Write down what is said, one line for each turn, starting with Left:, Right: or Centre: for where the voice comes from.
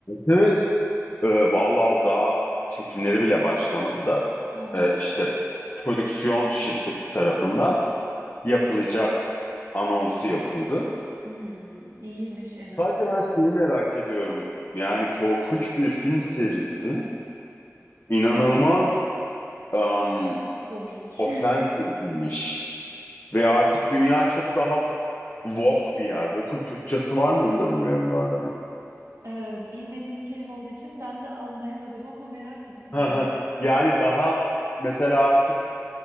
Left: Evet. Ee, vallahi o daha çekimleri bile başlamadı da
Right: Ha.
Left: e, işte prodüksiyon şirketi tarafından yapılacak anonsu yapıldı.
Right: Hmm, iyiymiş en azından.
Left: Sadece ben şeyi merak ediyorum. Yani korkunç bir film serisi, inanılmaz um,
Right: Komik. <laughs>
Left: ofensif bir iş. Ve artık dünya çok daha woke bir yer. Woke'un Türkçesi var mı onu da bilmiyorum bu arada.
Right: Ee, bilmediğim bir kelime olduğu için ben de anlayamadım ama merak ettim şimdi.
Left: <laughs> Yani daha mesela artık